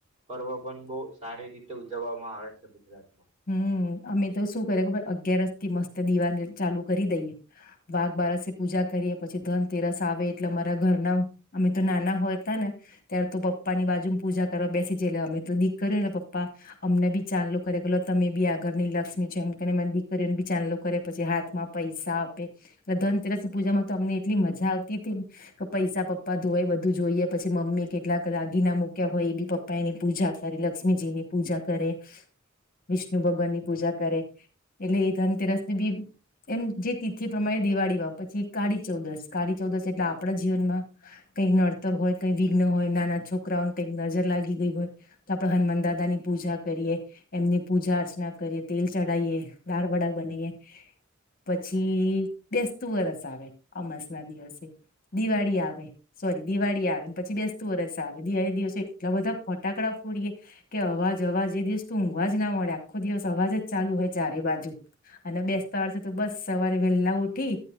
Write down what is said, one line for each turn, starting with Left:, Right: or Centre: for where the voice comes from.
Right: પર્વ પણ બહ સારી રીતે ઉજવવામાં આવે છે ગુજરાતમાં
Left: હમ અમે તો શું કરીએ કે અગિયારસ થી મસ્ત દીવા ચાલુ કરી દઈએ વાઘ બારસે પૂજા કરીએ પછી ધનતેરસ આવે એટલે અમારા ઘરના અમે તો નાના હોય ત ને ત્યારે તો પપ્પાની બાજુ પૂજા કરવા બેસી જતાલ અમે તો દીકરીને પપ્પા અમને બી ચાંગલ કરે તમે બી આગળની લક્ષ્મી છે એમ કેને મને દીકરીઓને બી ચંદલો કરે પછી હાથમાં પૈસા આપે એટલે ધનતેરસની પૂજામાં તો અમને એટલી મજા આવતી હતી કે પૈસા પપ્પા ધોવાય બધું જોઈએ પછી મમ્મી કેટલાક દાગીના મૂક્યા હોય એ બી પપ્પા એની પૂજા કરે લક્ષ્મીજીની પૂજા કરે વિષ્ણુ ભગવાનની પૂજા કરે એટલે એ ધનતેરસ ની બી એમ જે તિથિ પ્રમાણે દિવાળીમાં પછી કાળી ચૌદશ કાળી ચૌદશ એટલે આપડા જીવનમાં કંઈક નડતર હોય કઈક વિઘ્ન હોય નાના છોકરાઓને કઈક નજર લાગી ગઈ હોય તો આપડ હનુમાન દાદા ની પૂજા કરીએ એમની પૂજા અર્ચના કરીએ તેલ ચઢાવએ દાળ વડા બનાએ પછી બેસતું વરસ આવે અમાસ ના દિવસે દિવાળી આવે સોરી દિવાળી આવેને પછી બેસતું વરસ આવે દિવાળી દિવસે એટલા બધા ફટાકડા ફોડીએ કે અવાજ અવાજ એ દિવસ ત ઊંઘવા જ આખો દિવસ અવાજ જ ચાલુ હોય ચારે બાજુ અને બેસતા વર્ તો બસ સવારે વેહેલા ઉઠી